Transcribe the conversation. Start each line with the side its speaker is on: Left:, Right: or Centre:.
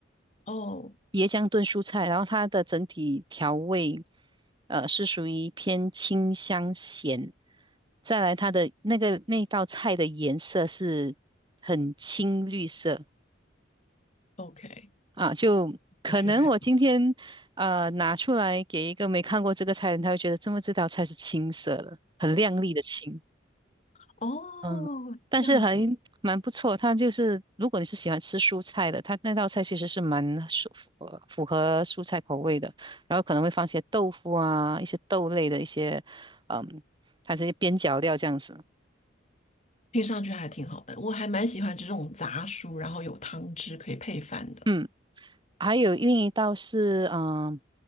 Left: 哦
Right: 椰浆炖蔬菜，然后它的整体调味，呃，是属于偏清香咸。再来，它的那个那道菜的颜色是很青绿色
Left: ，OK，
Right: 啊，就可能我今天呃拿出来给一个没看过这个菜的人，
Left: 我觉得还不
Right: 他会觉得这么这道菜是青色的，很亮丽的青。
Left: 哦，
Right: 嗯，但是还蛮不错。
Left: 这样子
Right: 它就是如果你是喜欢吃蔬菜的，它那道菜其实是蛮符符合蔬菜口味的。然后可能会放些豆腐啊，一些豆类的一些，嗯，它这些边角料这样子。
Left: 听上去还挺好的。我还蛮喜欢这种杂蔬，然后有汤汁可以配饭的。
Right: 嗯，还有另一道是嗯